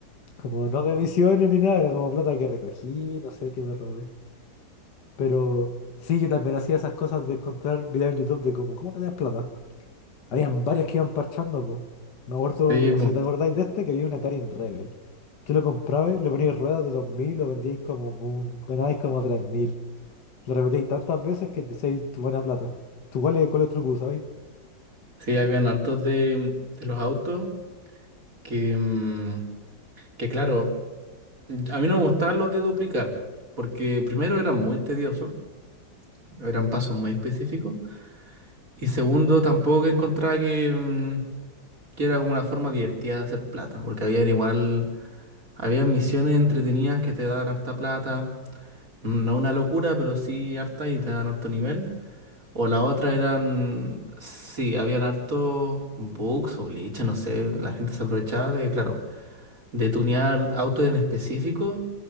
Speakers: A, on the left (about 70°); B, on the right (about 45°).
A: Como no de misiones ni nada, era como plata que recogí, no sé, que me robé. Pero sí, yo también hacía esas cosas de encontrar videos en YouTube de como, ¿cómo tenías plata? Habían varios que iban parchando, po. Me acuerdo,
B: sí,
A: no
B: po.
A: sé si te acordáis de este, que había una Karin Rebel. Tú lo comprabas, le ponías ruedas de 2000, lo vendíais como, con- ganabais como tres mil, Lo repetíais tantas veces que te hacíais tu buena plata. ¿Tú cuál es, cuál es el truco, sabéis?
B: Sí, habían hartos de, de los autos que, mm, que claro. A mí no me gustaban los de duplicar, porque primero eran muy tediosos, eran pasos muy específicos, y segundo tampoco que encontraba que, mm, que era como una forma divertida de hacer plata, porque habían igual, habían misiones entretenidas que te daban harta plata, mm, no una locura, pero sí harta y te daban harto nivel, o la otra eran, sí, habían harto bugs o glitches, no sé, la gente se aprovechaba de, claro, de tunear autos en específico